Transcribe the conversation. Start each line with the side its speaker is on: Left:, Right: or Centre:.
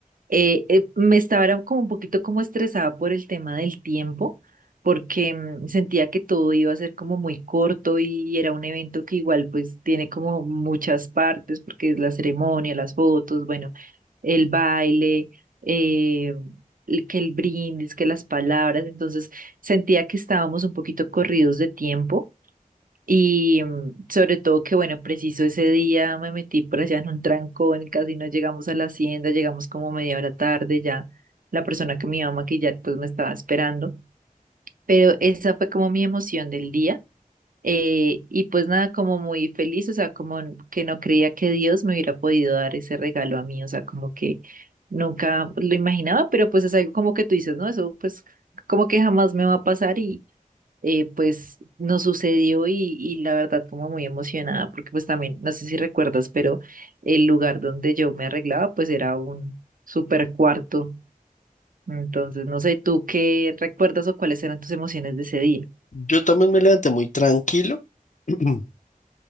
Right: Eh, eh, me estaba era como un poquito como estresada por el tema del tiempo, porque mm, sentía que todo iba a ser como muy corto y era un evento que igual pues tiene como muchas partes, porque es la ceremonia, las fotos, bueno, el baile, eh, el- que el brindis, que las palabras, entonces sentía que estábamos un poquito corridos de tiempo. Y mm, sobre todo que, bueno, preciso ese día me metí por allá en un trancón, casi no llegamos a la hacienda, llegamos como media hora tarde, ya la persona que me iba a maquillar pues me estaba esperando, pero esa fue como mi emoción del día. eh, y pues nada, como muy feliz, o sea, como n- que no creía que Dios me hubiera podido dar ese regalo a mí, o sea, como que nunca lo imaginaba, pero pues es algo como que tú dices, ¿no? Eso pues como que jamás me va a pasar eh, pues nos sucedió y, y la verdad como muy emocionada, porque pues también, no sé si recuerdas, pero el lugar donde yo me arreglaba pues era un super cuarto. Entonces, no sé, ¿tú qué recuerdas o cuáles eran tus emociones de ese día?
Left: Yo también me levanté muy tranquilo. <clears throat>